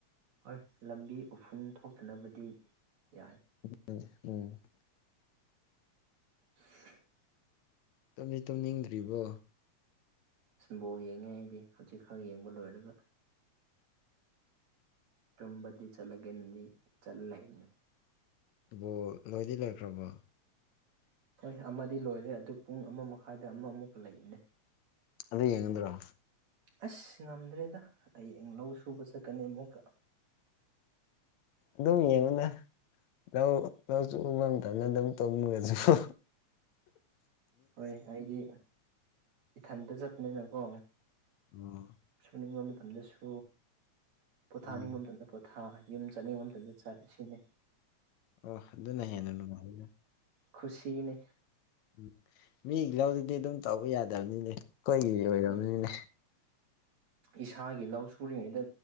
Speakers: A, on the right (about 65°); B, on the left (about 75°).
A: ꯍꯣꯏ ꯂꯝꯕꯤ ꯎꯐꯨꯟ ꯊꯣꯛꯇꯅꯕꯗꯤ ꯌꯥꯏ
B: ꯎꯝ ꯎꯝ
A: <inaudible>
B: ꯇꯨꯝꯗꯤ ꯇꯨꯝꯅꯤꯡꯗ꯭ꯔꯤꯕꯣ
A: ꯏꯁꯕꯣ ꯌꯦꯡꯉꯦ ꯑꯩꯗꯤ ꯍꯧꯖꯤꯛ ꯈꯔ ꯌꯦꯡꯕ ꯂꯣꯏꯔꯒ ꯇꯨꯝꯝꯕꯗꯤ ꯆꯂꯒꯗꯤ ꯆꯂꯂꯅꯤ
B: ꯣ ꯂꯣꯏꯗꯤ ꯂꯩꯈ꯭ꯔꯕꯣ
A: ꯍꯣꯏ ꯑꯃꯗꯤ ꯂꯣꯏꯔꯦ ꯑꯗꯨ ꯄꯨꯡ ꯑꯃ ꯃꯈꯥꯏꯗ ꯑꯃ ꯑꯃꯨꯛꯀ ꯂꯩꯕꯅꯦ
B: ꯑꯗꯨꯗꯦ ꯌꯦꯡꯉ ꯑꯗꯨꯔꯣ
A: ꯑꯁ ꯉꯝꯗ꯭ꯔꯦꯗ ꯑꯩꯡ ꯂꯧ ꯁꯨꯕ ꯆꯠꯀꯅꯤ ꯑꯃꯨꯛꯀ
B: ꯑꯗꯨꯃꯤ ꯌꯦꯉꯅ ꯌꯥ ꯀ ꯎꯕꯝ ꯊꯃꯦꯗ ꯇ ꯃꯒꯁꯨ
A: ꯍꯣꯏ ꯑꯩꯗꯤ ꯏꯊꯟꯇ ꯆꯠꯄꯅꯤꯅꯀꯣ
B: ꯑ
A: ꯁꯨꯅꯤꯡꯕ ꯃꯇꯝꯗꯁꯨ ꯄꯣꯊꯥꯅꯤꯡꯕ
B: ꯎꯝ
A: ꯃꯇꯝꯗ ꯄꯣꯊꯥ ꯌꯨꯝ ꯆꯠꯅꯤꯡꯕ ꯃꯇꯝꯗ ꯆꯥꯕ ꯁꯤꯖꯤꯅꯩ
B: ꯑꯣ ꯑꯗꯨꯅ ꯍꯦꯟꯅ ꯅꯨꯡꯉꯥꯏꯗ
A: ꯈꯨꯁꯤꯅꯤ
B: ꯎꯝ ꯃꯤ ꯂꯧꯗꯨꯗꯤ ꯑꯗꯨꯝ ꯇꯧꯕ ꯌꯥꯗꯕꯅꯤꯅꯦ ꯑꯩꯈꯣꯏꯒꯤ ꯑꯣꯏꯔꯕꯅꯤꯅꯦ
A: ꯎꯝ ꯏꯁꯥꯒꯤ ꯂꯧ ꯁꯨꯔꯤꯉꯩꯗ